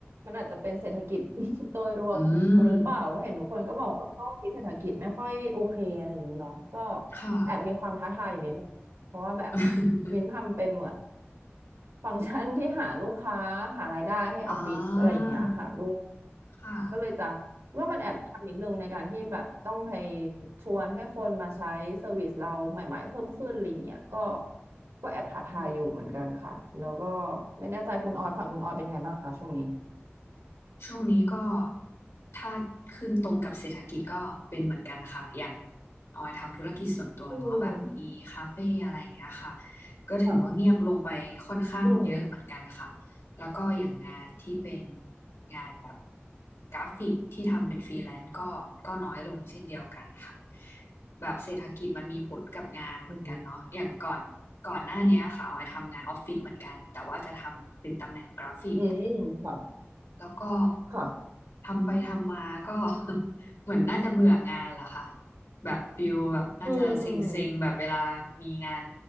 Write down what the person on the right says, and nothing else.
มันอาจจะเป็นเศรษฐกิจ <laughs> โดยรวม
หรือเปล่าเพราะเห็นทุกคนก็บอกเออช่วงนี้เศรษฐกิจไม่ค่อยโอเคอะไรอย่างงี้เนาะก็
แอบมีความท้าทายอยู่นิดนึง เพราะว่าแบบ
มินทำเป็นเหมือนฟังก์ชันที่หาลูกค้าหารายได้ให้ออฟฟิศอะไรอย่างเงี้ยค่ะดูก
ก็เลยจะว่ามันแอบยากนิดนึงในการที่แบบต้องไปชวนให้คนมาใช้เซอร์วิสเราใหม่ๆเพิ่มขึ้นอะไรอย่างเงี้ยก็ก็แอบท้าทายอยู่เหมือนกันค่ะแล้วก็
ไม่แน่ใจคุณออยฝั่งคุณออยเป็นไงบ้างคะช่วงนี้
อืม
ค่ะอืม
อืมอืมค่ะ
ค่ะ
อืมอืม